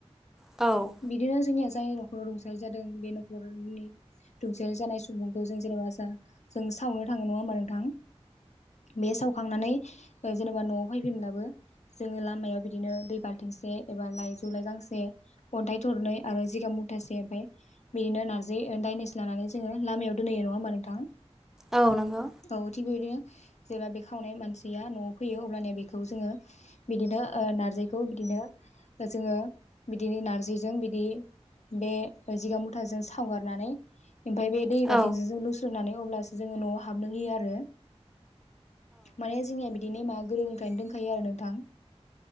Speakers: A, in the centre; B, on the left.
A: औ।
B: बिदिनो जोंनिया जाय न'खराव रुंसारि जादों बे न'खरनि रुंसेारि जानाय सुबुंखौ जों जेनेबा जा जों सावनो थाङो नङा होमा नोंथां बे सावखांनानै जेनेबा न'आव फैफिनब्लाबो जोङनि लामायाव बिदिनो दै बालथिंसे एबा लाइजौ लाइजांसे अन्थाइ थरनै आरो जिगां मुथासे ओमफफ्राय बिदिनो नारजि दायनेस लानानै जोङो लामायाव दोनहोयो नङा होमबा नोंथां
A: आ नंगौ
B: औ थिग बेबायदिनो जेब्ला बे खावनाय मानसिया न'आव फैयो अबब्लानिया बेखौ जोङो बिदिनो नार्जिखौ बिदिनो जोङो बिदिनो नारजि जों बिदि बे जिगा मुथाजों सावगारनानै ओमफ्राय बे दै बाथिजों
A: औ
B: जों लुस्रनानै अब्लासो जोङो न'आव हाबनो होयो आरो माने जोंनिया बिदि नेमा गोदोनिफ्रायनो दोनखायो आरो नोंथां